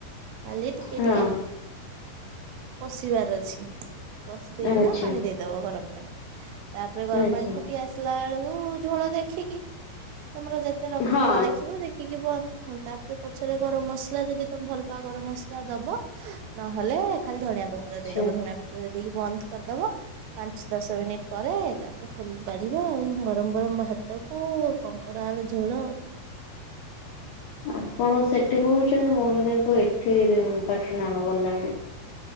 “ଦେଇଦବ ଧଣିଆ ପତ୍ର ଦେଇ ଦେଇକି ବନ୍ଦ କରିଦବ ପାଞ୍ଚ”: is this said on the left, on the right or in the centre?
Right